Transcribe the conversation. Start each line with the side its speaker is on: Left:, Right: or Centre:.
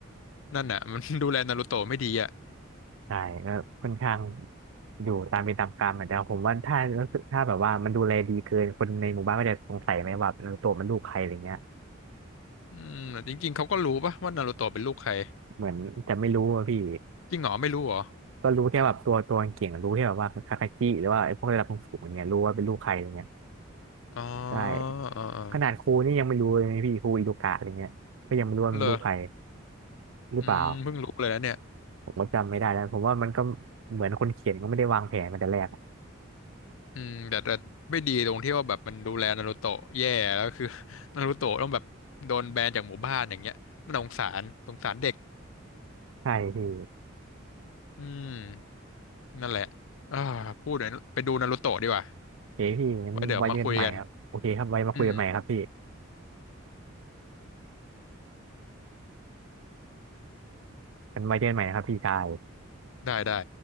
Left: นั่นน่ะมัน <laughs> ดูแลนารูโตะไม่ดีอ่ะ
Right: ใช่ก็ค่อนข้างอยู่ตามเป็นตามกรรมอะแต่ผมว่าถ้ารู้สึกถ้าแบบว่ามันดูแลดีเกินคนในหมู่บ้านก็จะสงสัยไหมว่าเออตัวมันลูกใครอะไรเงี้ย
Left: อืมแต่จริงๆ เขาก็รู้ปะว่านารูโตะเป็นลูกใคร
Right: เหมือนจะไม่รู้อะพี่
Left: จริงเหรอไม่รู้เหรอ
Right: ก็รู้แค่แบบตัวตัวเก่งอะรู้แค่แบบว่าคาคาชิหรือว่าไอ้พวกระดับสูงๆอย่างเงี้ยรู้ว่าเป็นลูกใครอะไรเงี้ย
Left: อ๋อ
Right: ใช่
Left: อ๋ออ๋อ
Right: ขนาดครูนี่ยังไม่รู้เลยนะพี่ครูอิโดกะอะไรเงี้ยก็ยังไม่รู้ว่ามันลูกใคร
Left: เหรอ
Right: หรือเปล่า
Left: อืมเพิ่งรู้เลยนะเนี่ย
Right: ผมก็จำไม่ได้แล้วผมว่ามันก็เหมือนคนเขียนก็ไม่ได้วางแผนมาแต่แรกอะ
Left: อืมแต่แต่ไม่ดีตรงที่ว่าแบบมันดูแลนารูโตะแย่แล้วคือ <laughs> นารูโตะต้องแบบโดนแบนจากหมู่บ้านอย่างเงี้ยมันสงสารสงสารเด็ก
Right: ใช่พี่
Left: อืมนั่นแหละอ่าพูดเดี๋ยวไปดูนารูโตะดีกว่า
Right: โอเคพี่งั้นไว้เจอกันใหม่ครับโอเคครับไว้มาคุยกันใหม่ครับพี่
Left: ไว้เดี๋ยวมาคุยกันอืม
Right: งั้นไว้เจอกันใหม่นะครับพี่ชาย
Left: ได้ได้